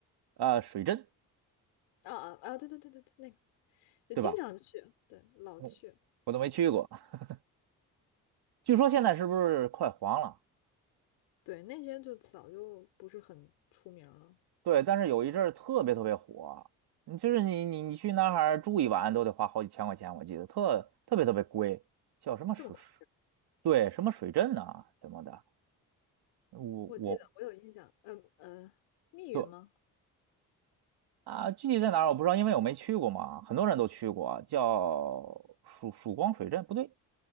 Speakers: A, on the right (about 70°); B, on the left (about 85°).
A: 呃，水镇
B: 啊啊啊！对对对对对，那个就经常去，
A: 对吧？
B: 对，老去，
A: 我我都没去过，<laughs> 据说现在是不是快黄了？
B: 对，那些就早就不是很出名儿了。
A: 对，但是有一阵儿特别特别火，你就是你你你去那儿住一晚都得花好几千块钱，我记得特特别特别贵，叫什么水水，
B: 这么快，
A: 对，什么水镇呐、什么的，我我
B: 我记得我有印象，呃呃，密云吗？
A: 对啊，具体在哪儿我不知道，因为我没去过嘛，很多人都去过啊，叫曙曙光水镇，不对，